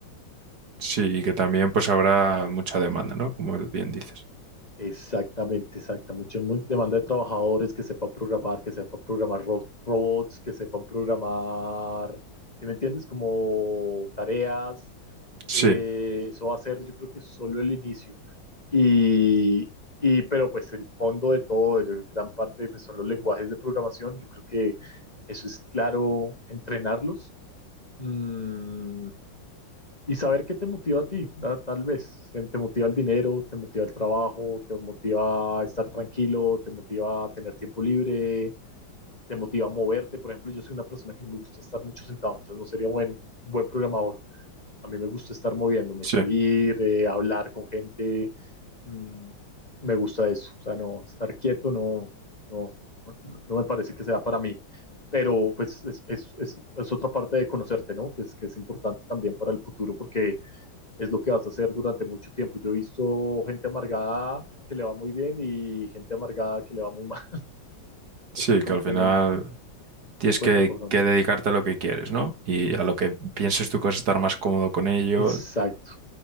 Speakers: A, on the right; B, on the left.
A: Sí, y que también pues habrá mucha demanda, ¿no? Como bien dices.
B: Exactamente, exacta. Mucha mu- demanda de trabajadores que sepan programar, que sepan programar ro- robots, que sepan programar, ¿sí me entiendes? Como tareas.
A: Sí,
B: Eh, eso va a ser, yo creo que solo el inicio. Y, y pero pues el fondo de todo, el- gran parte pues, son los lenguajes de programación. Yo creo que eso es claro, entrenarlos. Mm, y saber qué te motiva a ti, ta- tal vez. Te, te motiva el dinero, te motiva el trabajo, te motiva a estar tranquilo, te motiva a tener tiempo libre, te motiva a moverte. Por ejemplo, yo soy una persona que no me gusta estar mucho sentado, entonces no sería bueno, un buen programador. A mí me gusta estar moviéndome,
A: sí,
B: salir, eh, hablar con gente. mm, me gusta eso. O sea, no, estar quieto no, no, no no me parece que sea para mí. Pero pues es, es, es, es otra parte de conocerte, ¿no? Que es, que es importante también para el futuro porque es lo que vas a hacer durante mucho tiempo. Yo he visto gente amargada que le va muy bien y gente amargada que le va muy <laughs> mal, porque
A: sí,
B: como
A: que al
B: que
A: final
B: no,
A: tienes
B: no encuentran
A: que,
B: por dónde.
A: que dedicarte a lo que quieres, ¿no? Y a lo que pienses tú que vas a estar más cómodo con ello.
B: Exacto.